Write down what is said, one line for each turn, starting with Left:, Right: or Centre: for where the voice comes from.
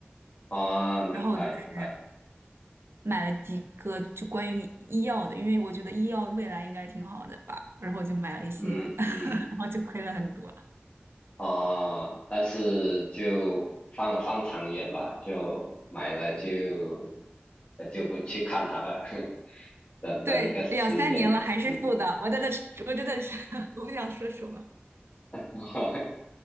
Left: 哦，明白明白。
Right: 然后我就是买了几个就关于医药的，因为我觉得医药未来应该挺好的吧，然后我就买了一些，
Left: 嗯嗯
Right: <laughs> 然后就亏了很多。
Left: 呃，但是就放放长远吧，就买了就呃就不去看它了，<laughs> 等等一个十年，
Right: 对，两三年了还是负的，
Left: 嗯，
Right: 我在的是我真的是，<laughs> 我不想说什么。
Left: <laughs>